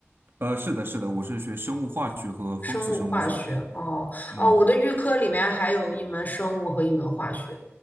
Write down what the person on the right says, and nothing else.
呃，是的，是的，我是学生物化学和分子生物学。
嗯，